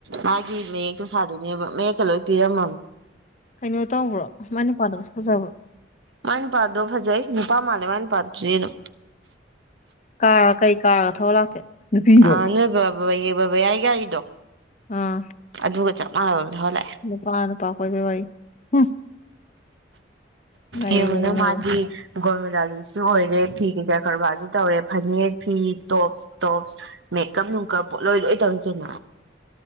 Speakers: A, on the right; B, on the left.
A: ꯃꯥꯒꯤ ꯃꯌꯦꯛꯇꯣ ꯁꯥꯗꯣꯏꯅꯦꯕ ꯃꯌꯦꯛꯀ ꯂꯣꯏ ꯄꯤꯔꯝꯃꯕ
B: ꯀꯩꯅꯣ ꯇꯧꯕ꯭ꯔꯣ ꯃꯅꯤꯄꯥꯥꯟꯗꯕꯁꯨ ꯐꯖꯕ꯭ꯔꯣ
A: ꯃꯥꯏꯅ ꯄꯥꯗꯣ ꯐꯖꯩ ꯅꯨꯄꯥ ꯃꯥꯜꯂꯦ ꯃꯥꯏꯅ ꯄꯥꯗ꯭ꯔꯗꯤ ꯑꯗꯨꯝ
B: ꯀꯥ ꯀꯩ ꯀꯥꯒ ꯊꯣ ꯂꯥꯛꯀꯦ ꯅꯨꯄꯤꯔꯣ
A: ꯑ ꯅꯣꯏ ꯕꯕꯥꯕꯥ ꯕꯕꯥ ꯌꯥꯏ ꯒꯥꯔꯤꯗꯣ
B: ꯑꯥ
A: ꯑꯗꯨꯒ ꯆꯞ ꯃꯥꯟꯅꯕꯗꯂꯥꯛꯑꯦ
B: ꯄꯥꯅ ꯄꯈꯣꯏ ꯋꯥ ꯋꯥꯔꯤ ꯍꯨꯝ ꯂꯩꯌꯦ
A: ꯌꯦꯡꯉꯅ
B: ꯍꯣꯏ
A: ꯃꯥꯗꯤ ꯒꯣꯜꯃꯗꯥꯂꯤꯁꯨ ꯑꯣꯏꯔꯦ ꯐꯤ ꯀꯩꯀꯥ ꯀꯔꯕꯥꯔꯁꯨ ꯇꯧꯋꯦ ꯐꯅꯦꯛ ꯐꯤ ꯇꯣꯞꯁ ꯇꯣꯞꯁ ꯃꯦꯀꯞ ꯅꯨꯡꯀꯞꯠ ꯂꯣꯏ ꯂꯣꯏ ꯇꯧꯔꯤꯁꯦꯅ